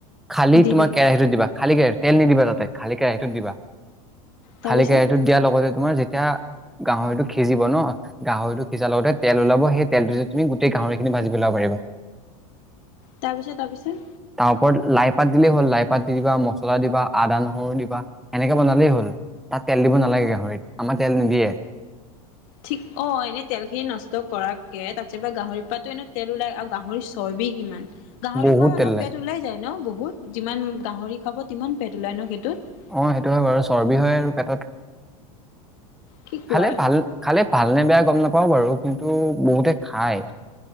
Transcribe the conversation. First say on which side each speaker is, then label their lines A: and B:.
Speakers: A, in the centre; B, on the left.
A: খালি
B: দি
A: তোমাৰ
B: দিম
A: কেৰাহীতো দিবা। খালী কেৰাহীত তেল নিদিবা তাতে খালী কেৰাহীটোত দিবা
B: তাৰপিছত
A: খালী কেৰাহীটোত তেতিয়াৰ লগতে তোমাৰ যেতিয়া গাহৰিটো সিজিব ন গাহৰিটো সিজাৰ লগতে তেল ওলাব সেই তেলটো যে তুমি গোটেই গাহৰি খিনি ভাজি পেলাব পাৰিবা।
B: তাপিছত তাপিছত
A: তাৰ ওপৰত লাই পাত দিলেই হ'ল। লাই পাত দি দিবা মছলা দিবা আদা নহৰু দিবা এনেকে বনালেই হ'ল। তাত তেল দিব নালাগে গাহৰিত আমাৰ তেল নিদিয়ে।
B: ঠিক অ এনেই তেলখিনি নষ্ট কৰাতকে তাছপা গাহৰিৰ পাতো এনেই তেল ওলায় আৰু গাহৰি চৰ্বি কিমান গাহৰি
A: বহুত
B: খোৱা মানুহ
A: তেল লাগে
B: পেট ওলাই যায় ন বহুত। যিমান গাহৰি খাব তিমান পেট ওলাই ন সেইটোত।
A: অ সেইটো হয় বাৰু চৰ্বি হয় আৰু পেটত
B: কি কোৱা
A: খালে ভাল খালে ভালনে বেয়া গম নাপাও বাৰু কিন্তু বহুতে খায়।